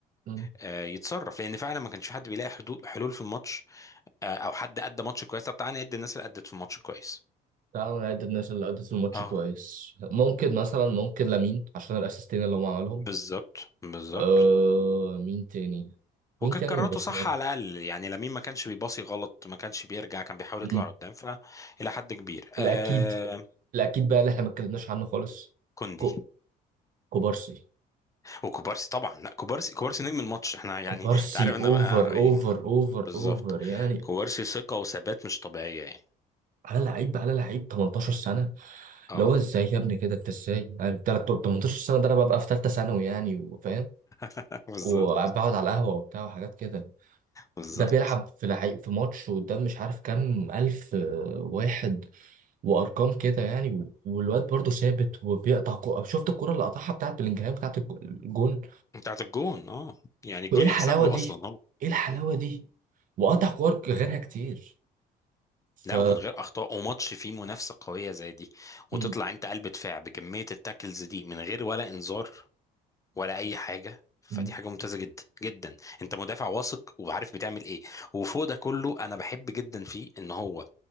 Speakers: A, on the right; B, on the left.
A: امم
B: آه، يتصرف لان فعلا ما كانش حد بيلاقي حدود حلول في الماتش آه، او حد ادى ماتش كويس طب تعالى نعد الناس اللي ادت في الماتش كويس
A: تعالوا نعد الناس اللي أدت الماتش
B: اه
A: كويس ممكن مثلا ممكن لامين عشان الاسيستين اللي هو عملهم
B: بالظبط بالظبط
A: آه مين تاني مين
B: وكانت
A: تاني
B: قراراته
A: من برشلونة
B: صح على الاقل يعني لمين ما كانش بيباصي غلط ما كانش بيرجع كان بيحاول
A: امم
B: يطلع قدام فالى حد كبير
A: الاكيد
B: آه
A: الاكيد بقى اللي احنا ما اتكلمناش عنه خالص
B: كوندي
A: كو... كوبارسي
B: وكوبارسي طبعا لا كوبارسي كوبارسي نجم الماتش احنا يعني
A: كوبارسي
B: انت عارف انا
A: اوفر اوفر
B: آه، يعني
A: اوفر
B: بالظبط
A: اوفر يعني
B: كوبارسي ثقة وثبات مش طبيعية يعني
A: على لعيب على لعيب 18 سنة
B: اه
A: اللي هو ازاي يا ابني كده انت ازاي يعني تلات- 18 سنه ده انا ببقى في ثالثه ثانوي يعني وفاهم
B: <laughs> بالظبط
A: وبقعد على القهوه وبتاع وحاجات كده
B: بالظبط
A: ده بيلعب في لعي... في ماتش قدام مش عارف كام الف آه، واحد وارقام كده يعني و- والواد برضه ثابت وبيقطع كو... شفت الكره اللي قطعها بتاعت بلينجهام بتاعت الج- الجون
B: بتاعت الجون اه يعني الجون
A: وايه الحلاوه
B: يحسب له
A: دي
B: اصلا هو
A: ايه الحلاوه
B: م?
A: دي وقطع كور غيرها كتير ف
B: لا ومن غير اخطاء وماتش فيه منافسه قويه زي دي وتطلع
A: م-
B: انت قلب دفاع بكميه التاكلز دي من غير ولا انذار ولا اي حاجه فدي
A: م-
B: حاجه ممتازه جدا جدا انت مدافع واثق وعارف بتعمل ايه وفوق ده كله انا بحب جدا فيه ان هو